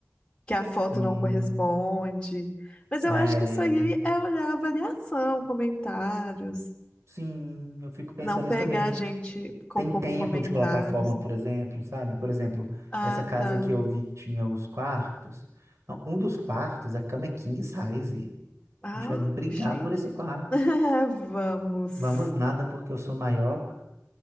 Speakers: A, on the left; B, on the right.
A: que a foto
B: Sim.
A: não corresponde. Mas
B: É,
A: eu acho que isso aí é olhar a avaliação, comentários.
B: sim, eu fico pensando
A: Não pegar
B: isso também.
A: gente com
B: Tem
A: pouco
B: tempo
A: comentário.
B: de plataforma, por exemplo, sabe? Por exemplo,
A: Ah,
B: essa casa
A: tá.
B: que eu vi que tinha os quartos. Não, um dos quartos, a cama é king size.
A: Ah,
B: A gente vai brigar
A: chique.
B: por esse quarto.
A: <laughs> Vamos.
B: Vamos nada porque eu sou maior,